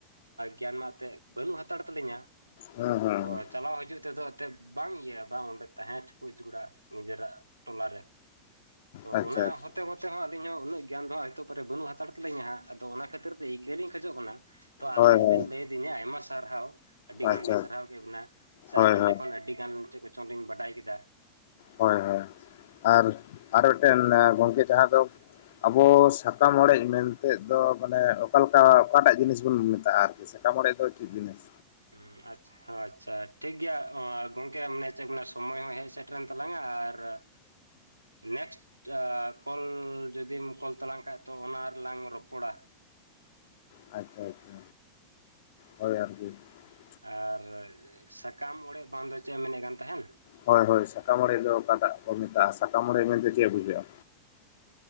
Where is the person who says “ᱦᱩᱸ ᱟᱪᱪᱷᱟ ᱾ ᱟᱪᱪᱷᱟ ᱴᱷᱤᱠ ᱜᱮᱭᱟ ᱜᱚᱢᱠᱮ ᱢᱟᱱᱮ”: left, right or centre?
Right